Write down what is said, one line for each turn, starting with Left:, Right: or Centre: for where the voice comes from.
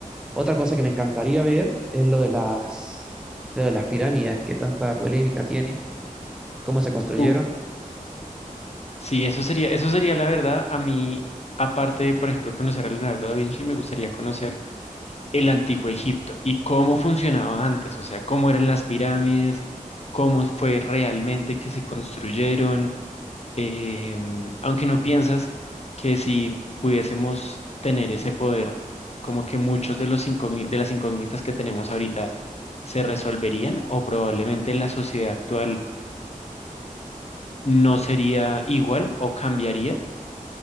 Centre: Otra cosa que me encantaría ver es lo de las, lo de las pirámides, que tanta polémica tiene, cómo se construyeron.
Left: Uh, sí, eso sería, eso sería la verdad. A mí, aparte de, por ejemplo, conocer a Leonardo da Vinci, me gustaría conocer el antiguo Egipto y cómo funcionaba antes, o sea, cómo eran las pirámides, cómo fue realmente que se construyeron. em, aunque no piensas que si pudiésemos tener ese poder, como que muchos de los incógni- de las incógnitas que tenemos ahorita se resolverían o probablemente la sociedad actual no sería igual o cambiaría.